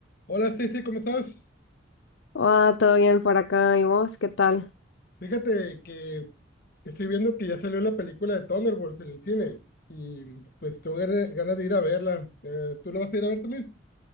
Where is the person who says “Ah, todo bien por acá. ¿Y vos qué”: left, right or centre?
Left